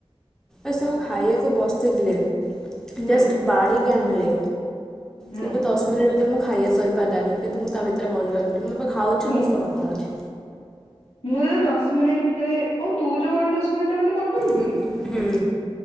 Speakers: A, in the centre; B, on the left (about 85°).
A: ଆ ସେ ମୁଁ ଖାଇବାକୁ ବସିଥିଲିରେ।
B: ହୁଁ
A: ଜଷ୍ଟ ବାଢିକି ଆଣିଲ
B: ହୁଁ
A: କିନ୍ତୁ ଦଶ ମିନିଟ ଭିତରେ ମୁଁ ଖାଇବା ସରି ପାରିଲାନି କିନ୍ତୁ ମୁଁ ତା ଭିତରେ କଲ୍ କଲି। ଏବେପା ଖାଉଚି
B: ହୁଁ।
A: ତୋ ସହ କଥା ହୋଉଚି।
B: ମୁଁ ଯୋଉ ଦସ୍ ମିନିଟ ଭିତରେ ଓହୋ ତୁ ଯୋଉ କହିଲୁ ଦଶ ମିନିଟରେ ମତେ କଲ କରିବୁ ବୋଲି
A: ହୁଁ